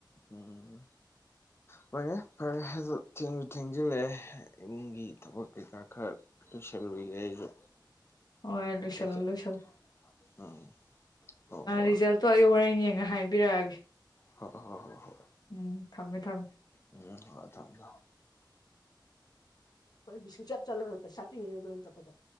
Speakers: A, on the left; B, on the left.
A: ꯎꯝ ꯍꯣꯏꯅꯦ ꯐꯔꯦꯁꯨ ꯊꯦꯡꯖꯤꯜꯂꯛꯑꯦ ꯏꯃꯨꯡꯒꯤ ꯊꯕꯛ ꯀꯩꯀꯥ ꯈꯔ ꯂꯣꯢꯁꯤꯟꯂꯨꯈꯤꯒꯦ ꯑꯩꯁꯨ
B: ꯍꯣꯢ ꯂꯣꯏꯁꯤꯜꯂꯣ
A: ꯑꯦꯛꯖꯥꯝ
B: ꯂꯣꯏꯁꯤꯜꯂꯣ
A: ꯎꯝ ꯍꯣ ꯍꯣ
B: ꯔꯤꯖꯜꯇꯣ ꯑꯩ ꯍꯣꯔꯦꯟ ꯌꯦꯡꯉ ꯍꯥꯏꯕꯤꯔꯛꯑꯒꯦ
A: ꯍꯣꯏ ꯍꯣꯏ ꯍꯣꯏ ꯍꯣꯏ
B: ꯎꯝ ꯊꯝꯃꯦ ꯊꯝꯃꯦ
A: ꯎꯝ ꯍꯣꯏ ꯊꯝꯃꯦ ꯊꯝꯃꯦ
B: ꯑꯩꯣꯏ ꯁꯆꯠ ꯆꯂꯔꯣ ꯁꯥꯄꯤꯣ <inaudible>